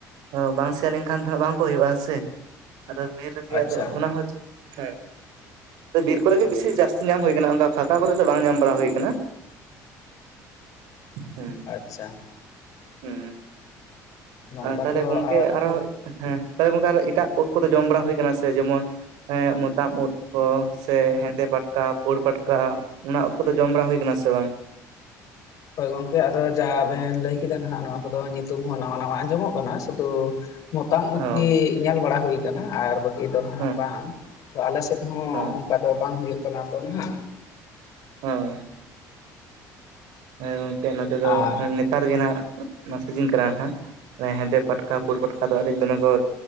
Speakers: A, on the right (about 80°); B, on the left (about 55°).
A: ᱚ ᱵᱟᱝ ᱥᱮᱭᱟ ᱞᱮᱱᱠᱷᱟᱱ ᱫᱚ ᱵᱟᱝ ᱠᱚ ᱦᱩᱭᱩᱜᱼᱟ ᱦᱮᱸᱥᱮ ᱟᱫᱚ ᱵᱤᱨ ᱨᱮᱜᱮ
B: ᱟᱪᱪᱷᱟ
A: ᱟᱫᱚ ᱚᱱᱟ ᱦᱚᱸ ᱪᱮᱫ ᱦᱮᱸ ᱟᱫᱚ ᱵᱤᱨ ᱠᱚᱨᱮ ᱜᱮ ᱵᱮᱥᱤ ᱡᱟᱹᱥᱛᱤ ᱧᱟᱢ ᱦᱩᱭ ᱠᱟᱱᱟ ᱚᱝᱠᱟ ᱯᱷᱟᱸᱠᱟ ᱠᱚᱨᱮ ᱫᱚ ᱵᱟᱝ ᱧᱟᱢ ᱵᱟᱲᱟ ᱦᱩᱭ ᱠᱟᱱᱟ ᱦᱩᱸ᱾
B: ᱟᱪᱪᱷᱟ᱾
A: ᱩᱸ᱾
B: ᱱᱚᱝᱠᱟ
A: ᱛᱟᱦᱞᱮ
B: ᱛᱚ
A: ᱜᱚᱝᱠᱮ
B: ᱟᱨ
A: ᱟᱨᱦᱚᱸ, ᱦᱮᱸ ᱛᱟᱦᱞᱮ ᱜᱚᱝᱠᱮ ᱮᱴᱟᱜ ᱩᱫ ᱠᱚᱫᱚ ᱡᱚᱢ ᱵᱟᱲᱟ ᱦᱩᱭ ᱟᱠᱟᱱᱟ ᱥᱮ? ᱡᱮᱢᱚᱱ ᱢᱚᱛᱟᱢ ᱩᱫ ᱠᱚ ᱥᱮ ᱦᱮᱸᱫᱮ ᱯᱟᱴᱠᱟ, ᱯᱩᱲ ᱯᱟᱴᱠᱟ ᱚᱱᱟ ᱩᱫ ᱠᱚᱫᱚ ᱡᱚᱢ ᱵᱟᱲᱟ ᱦᱩᱭᱩ ᱟᱠᱟᱱᱟ ᱥᱮ ᱵᱟᱝ?
B: ᱦᱳᱭ ᱜᱚᱝᱠᱮ ᱟᱫᱚ ᱡᱟᱦᱟᱸ ᱵᱮᱱ ᱞᱟᱹᱭ ᱠᱮᱫᱟ ᱱᱷᱟᱜ ᱱᱚᱶᱟ ᱠᱚᱫᱚ ᱧᱩᱛᱩᱢ ᱦᱚᱸ ᱱᱟᱶᱟ ᱱᱟᱶᱟ ᱟᱸᱡᱚᱢᱚᱜ ᱠᱟᱱᱟ, ᱥᱩᱫᱩ ᱢᱚᱛᱟᱢ ᱩᱫ
A: ᱚ
B: ᱜᱮ ᱧᱮᱞ ᱵᱟᱲᱟ ᱦᱩᱭ ᱟᱠᱟᱱᱟ ᱟᱨ ᱵᱟᱹᱠᱤ ᱫᱚ ᱱᱷᱟᱜ
A: ᱦᱮᱸ
B: ᱵᱟᱝ, ᱛᱚ ᱟᱞᱮᱥᱮᱫ ᱦᱚᱸ
A: ᱦᱮᱸ
B: ᱚᱱᱠᱟ ᱫᱚ ᱵᱟᱝ ᱦᱩᱭᱩᱜ ᱠᱟᱱᱟ ᱛᱚ ᱱᱷᱟᱜ᱾
A: <unintelligible> ᱦᱮᱸ ᱜᱚᱝᱠᱮ ᱱᱚᱛᱮ
B: ᱟᱨ
A: ᱫᱚ ᱱᱮᱛᱟᱨ ᱜᱮ ᱱᱷᱟᱜ ᱚᱱᱟ ᱥᱤᱡᱤᱱ ᱠᱟᱱᱟ ᱱᱷᱟᱜ᱾ ᱮᱸ ᱦᱮᱸᱫᱮ ᱯᱟᱴᱠᱟ ᱯᱩᱰ ᱯᱟᱴᱠᱟ ᱫᱚ ᱟᱹᱰᱤ ᱫᱚᱢᱮ ᱜᱚ